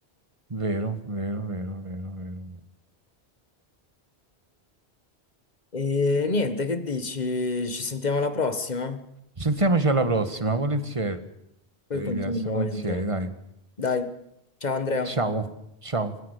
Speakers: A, on the right (about 30°); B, on the left (about 40°).
A: Vero, vero, vero, vero, vero. vero.
B: E niente, che dici? Ci sentiamo alla prossima?
A: Sentiamoci alla prossima, volentieri.
B: Poi
A: Elias,
B: continuiamo
A: volentieri,
B: volentieri.
A: dai.
B: Dai, ciao Andrea.
A: Ciao, ciao.